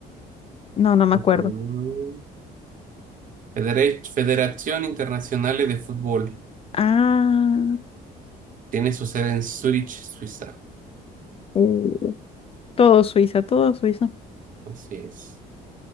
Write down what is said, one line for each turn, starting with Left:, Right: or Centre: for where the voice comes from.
Left: No, no me
Right: Mm.
Left: acuerdo.
Right: Federa- Federación Internacional de Fútbol.
Left: Ah,
Right: Tiene su sede en Zurich, Suiza.
Left: uh, todo Suiza, todo Suiza.
Right: Así es.